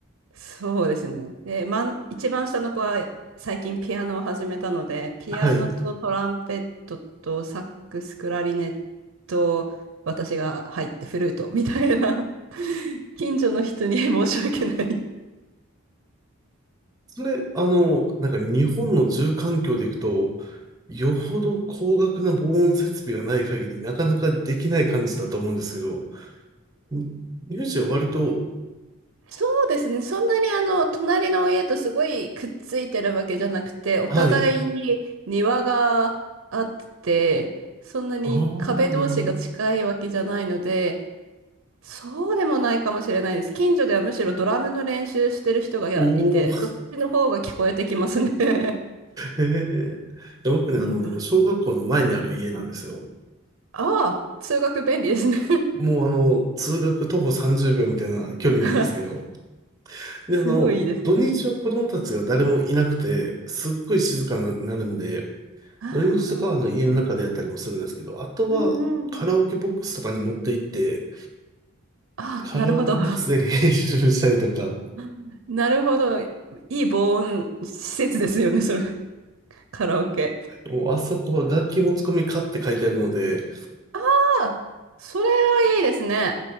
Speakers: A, on the right (about 60°); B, on the right (about 15°).
A: そうですね。で、まん、一番下の子は最近ピアノを始めたので、ピアノとトランペットとサックス、
B: はい。
A: クラリネット、私が入ってフルートみたいな、<laughs> 近所の人に申し訳ない
B: それ、あの、なんか日本の住環境でいくと、よほど高額な防音設備がない限り、なかなかできない感じだと思うんですけど、ミミュージは割と、
A: そうですね。そんなにあの、隣の家とすごいくっついてるわけじゃなくて、お互いに庭があって、
B: はい。
A: そんなに壁同士が近いわけじゃないので、
B: ああ、なるほど。
A: そうでもないかもしれないです。近所ではむしろドラムの練習してる人がいて、
B: おお、
A: そっちの方が聞こえてきますね。
B: ええいや僕ね、
A: <laughs> うん、
B: あの、
A: <laughs>
B: 今、小学校の前にある家なんですよ。
A: ああ、通学便利ですね。
B: もう、あの、通学徒歩30秒みたいな距離なんですけど、
A: <laughs>
B: で、
A: すごいいいですね。
B: あの、土日は子供たちが誰もいなくて、すっごい静かになるんで、
A: ああ、
B: 土日とかはあの家の中でやったりもするんですけど、あとはカラオケボックスとかに持って行って、
A: うんうんうん。ああ、
B: カラオケボックスで練習したりとか、
A: なるほど。<laughs> なるほど。いい防音施設ですよね、それ。<laughs> カラオケ。
B: もうあそこは楽器持ち込みかって書いてあるので、
A: ああ、それはいいですね。